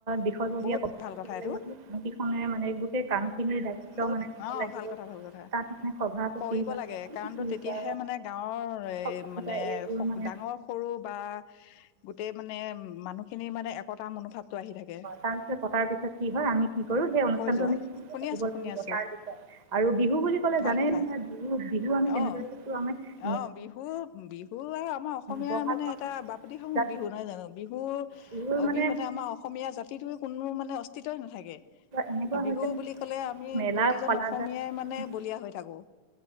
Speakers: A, on the right (about 85°); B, on the left (about 90°).
A: বিষয়ববীয়া
B: বহুত
A: কথা
B: ভাল
A: পাতিব
B: এইটো
A: লাগিব কাম কেইখনে মানে গোটেই কামখিনিৰ দায়িত্ব
B: বহুত
A: মানে কব
B: অ
A: লাগিব
B: ভাল কথা ভাল কথা
A: তাত মানে সভাপতি
B: কৰিব
A: বা
B: লাগে
A: সভাপতি
B: কাৰণতো তেতিয়াহে
A: বা,
B: মানে গাঁৱৰ এ
A: সভাপিকা
B: মানে
A: এইবোৰ মানে
B: ডাঙৰ সৰু বা গোটেই মানে মানুহখিনিৰ মানে একতাৰ মনোভাৱটো আহি থাকে।
A: কটাৰ পিছত কি হয় আমি কি কৰোঁ সেই অনুষ্ঠানটো
B: কৈ যোৱা
A: আমি
B: শুনি
A: পাতিব
B: আছো
A: লাগিব
B: শুনি আছো
A: তাৰ বিষয়ে আৰু বিহু বুলি ক'লে
B: ভাল
A: জানেই
B: কথা
A: নহয় বিহু বিহু আমি কেনেদৰে
B: অ
A: কো আমাৰ।
B: অ বিহু বিহু আৰু আমাৰ অসমীয়া
A: বহাগ
B: মানে
A: বা
B: এটা বাপতি
A: পূজাত
B: সাহোন বিহু নহয় জানো? বিহুৰ
A: বিহুৰ
B: অবিহনে
A: মানে
B: আমাৰ অসমীয়া জাতিটো কোনো মানে অস্তিতই নাথাকে।
A: এনেকুৱা হৈছে
B: বিহু বুলি ক'লে আমি
A: মেলা
B: প্ৰতিজন
A: পলা
B: অসমীয়াই
A: যায়
B: মানে বলিয়া হৈ থাকো